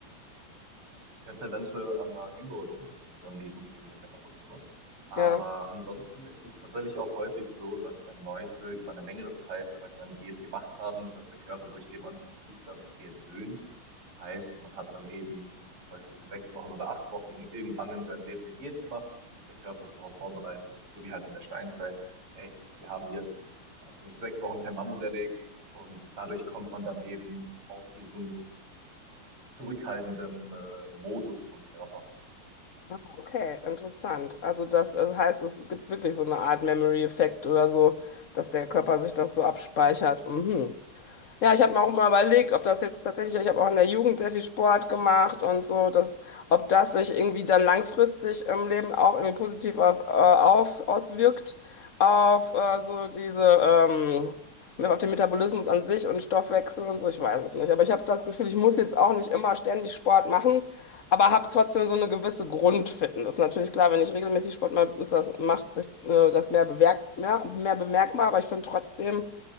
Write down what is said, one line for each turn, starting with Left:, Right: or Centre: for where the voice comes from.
Right: Es könnte eventuell an einer Über- oder Unterfunktion liegen wegen dem Metabolismus. Aber
Left: Ja.
Right: ansonsten ist es tatsächlich auch häufig so, dass wenn Leute über eine längere Zeit bereits eine Diät gemacht haben, dass der Körper sich eben an diesen Zustand gewöhnt. Heißt, man hat dann eben zum Beispiel sechs Wochen oder acht Wochen irgendwann in seinem Leben eine Diät gemacht und der Körper ist darauf vorbereitet, so wie halt in der Steinzeit. Hey, wir haben jetzt, weiß nicht, sechs Wochen kein Mammut erlegt und dadurch kommt man dann eben auf diesen zurückhaltenden äh, Modus vom Körper.
Left: Ah, okay, interessant. Also das, das heißt, es gibt wirklich so eine Art Memory-Effekt oder so, dass der Körper sich das so abspeichert. Mhm. Ja, ich habe mir auch mal überlegt, ob das jetzt tatsächlich, ich habe auch in der Jugend sehr viel Sport gemacht und so, dass, ob das sich irgendwie dann langfristig im Leben auch irgendwie positiv auf, äh, auf, auswirkt auf äh, so diese, ähm, auf den Metabolismus an sich und Stoffwechsel und so, ich weiß es nicht. Aber ich habe das Gefühl, ich muss jetzt auch nicht immer ständig Sport machen, aber habe trotzdem so eine gewisse Grundfitness. Natürlich klar, wenn ich regelmäßig Sport mache, ist das, macht sich äh, das mehr, bewerk mehr, mehr bemerkbar, aber ich finde trotzdem,